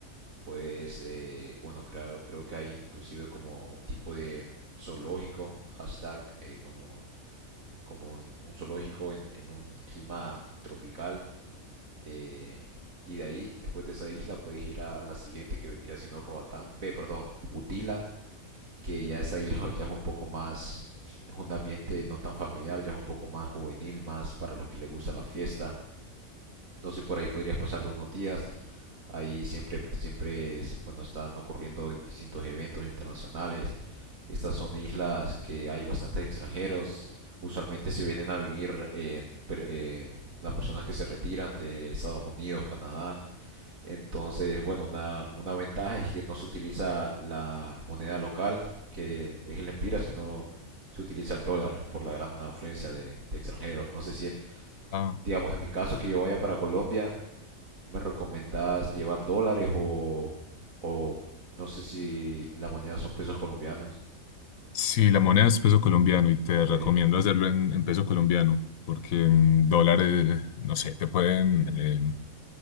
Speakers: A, on the right; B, on the left.
A: puedes, eh, bueno, creo, creo que hay inclusive como un tipo de zoológico, hashtag, eh, como, como un zoológico en, en un clima tropical. eh, y de ahí, después de esa isla, puedes ir a, a la siguiente que vendría siendo Roatán, ve, perdón, Utila, que ya es ahí, <laughs> ya es un poco más, es un ambiente no tan familiar, ya es un poco más juvenil, más para los que les gusta la fiesta. Entonces por ahí podrías pasarte unos días. Ahí siempre, siempre es, bueno, están ocurriendo distintos eventos internacionales. Estas son islas que hay bastantes extranjeros. Usualmente se vienen a vivir eh, per- eh, las personas que se retiran de Estados Unidos, Canadá entonces, bueno, una, una ventaja es que no se utiliza la moneda local, que es el empira, sino se utiliza el dólar por la gran afluencia de, de extranjeros. No sé si, en-
B: Ah,
A: digamos, en mi caso que yo vaya para Colombia, ¿me recomendás llevar dólares o, o no sé si la moneda son pesos colombianos?
B: sí, la moneda es peso colombiano y te
A: Ok,
B: recomiendo hacerlo en, en peso colombiano, porque en dólares, no sé, te pueden eh,